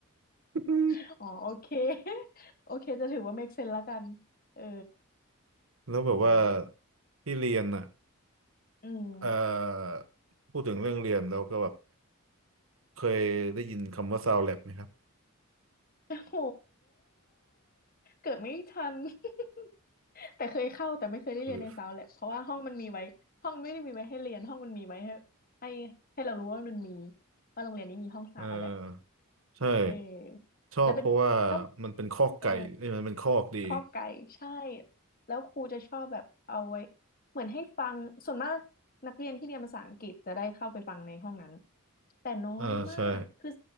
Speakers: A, on the right; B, on the left.
A: <laughs>
B: <laughs> อ๋อโอเค <laughs> โอเคจะถือว่า make sense ละกันเออ
A: แล้วแบบว่า
B: นะ
A: ที่เรียนอ่ะ
B: อืม
A: เอ่อพูดถึงเรื่องเรียนแล้วก็แบบเคยได้ยินคำว่า sound lab ไหมครับ
B: โอ้โหเกิดไม่ทัน <laughs> แต่เคยเข้าแต่ไม่เคยได้เรียนในซาวแลบเพราะว่าห้องมันมีไว้ห้องไม่ได้มีไว้ให้เรียนห้องมันมีไว้ให้ให้ให้เรารู้ว่ามันมี
A: คือ
B: ว่าโรงเรียนนี้มีห้องซาวแลบ
A: เออใช่
B: เออ
A: ชอบเพราะว่า
B: แล้วเป็นแล้ว
A: มันเป็นคอกไก่เอ้ยมันเป็นคอกดี
B: เออข้อไก่ใช่แล้วครูจะชอบแบบเอาไว้เหมือนให้ฟังส่วนมากนักเรียนที่เรียนภาษาอังกฤษจะได้เข้าไปฟังในห้องนั้นแต่น้อยมากคือ
A: เออใช่